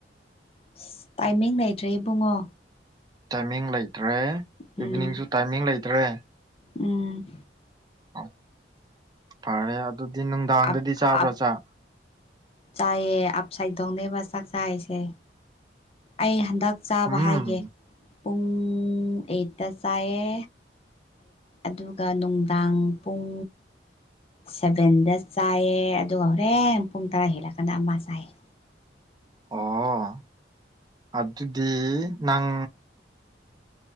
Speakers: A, on the left; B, on the right.
A: ꯑꯁ ꯇꯥꯏꯃꯤꯡ ꯂꯩꯇ꯭ꯔꯦ ꯏꯕꯨꯡꯉꯣ
B: ꯇꯥꯏꯃꯤꯡ ꯂꯩꯇ꯭ꯔꯦ
A: ꯎꯝ
B: ꯏꯚꯤꯅꯤꯡꯁꯨ ꯇꯥꯏꯃꯤꯡ ꯂꯩꯇ꯭ꯔꯦ
A: ꯎꯝ
B: ꯑ ꯐꯔꯦ ꯑꯗꯨꯗꯤ ꯅꯨꯡꯗꯥꯡꯗꯗꯤ
A: ꯑꯞ ꯑꯞ
B: ꯆꯥꯕ꯭ꯔꯥ ꯆꯥꯛ
A: ꯆꯥꯏꯌꯦ ꯑꯞ ꯁꯥꯏꯠꯗꯧꯅꯦꯕ ꯆꯥꯛ ꯆꯥꯏꯁꯦ ꯑꯩ ꯍꯟꯗꯛ ꯆꯥꯕ
B: ꯎꯝ
A: ꯍꯥꯏꯒꯦ ꯄꯨꯡ ꯑꯩꯠꯇ ꯆꯥꯏꯑ ꯑꯗꯨꯒ ꯅꯨꯡꯗꯥꯡ ꯄꯨꯡ ꯁꯚꯦꯟꯗ ꯆꯥꯏꯌꯦ ꯑꯗꯨꯒ ꯍꯣꯔꯦꯟ ꯄꯨꯡ ꯇꯔꯥ ꯍꯦꯜꯂꯛꯀꯥꯟꯗ ꯑꯃ ꯆꯥꯏꯌꯦ
B: ꯑꯣ ꯑꯗꯨ ꯑꯗꯨꯗꯤ ꯅꯪ